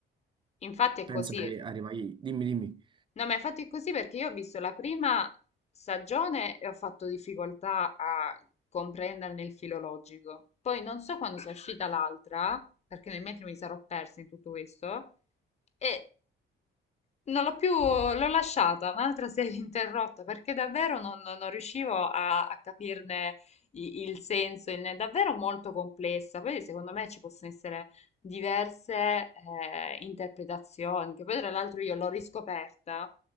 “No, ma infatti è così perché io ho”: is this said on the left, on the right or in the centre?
Left